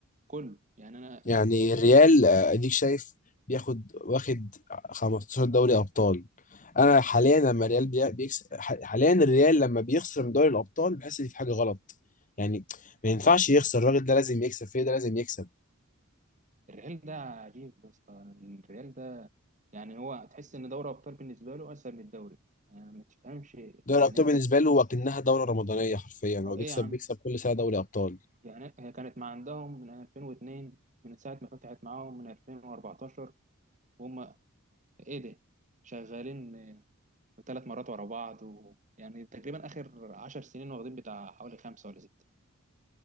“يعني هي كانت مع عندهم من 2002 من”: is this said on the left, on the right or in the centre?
Right